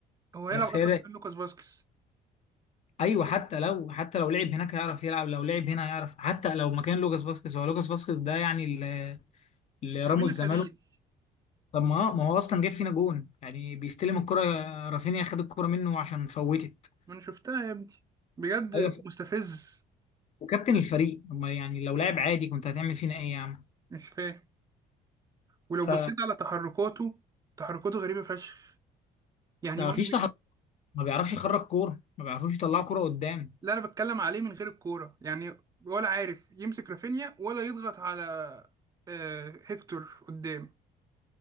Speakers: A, on the right; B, on the left.
A: هو هيلعب
B: جارسيا
A: اصلا
B: ده
A: مكان لوكاس فاسكيز
B: ايوه حتى لو حتى لو لعب هناك هيعرف يلعب لو لعب هنا هيعرف حتى لو مكان لوكاس فاسكيز هو لوكاس فاسكيز ده يعني اللي اللي
A: امينه
B: راموس زماله
A: خليل
B: طب ما ما هو اصلا جاب فينا جون يعني بيستلم الكرة رافينيا خد الكرة منه عشان فوتت
A: ما انا شفتها يا ابني بجد
B: ايوه ف-
A: مستفز
B: وكابتن الفريق أما يعني لو لاعب عادي كنت هتعمل فينا ايه يا عم
A: مش فاهم ولو
B: ف
A: بصيت على تحركاته تحركاته غريبه فشخ يعني
B: مفيش
A: ولا بي...
B: تحرك ما بيعرفش يخرج كورة ما بيعرفوش يطلعوا كورة قدام
A: اللي انا بتكلم عليه من غير الكوره يعني ولا عارف يمسك رافينيا ولا يضغط على آه، هيكتور قدام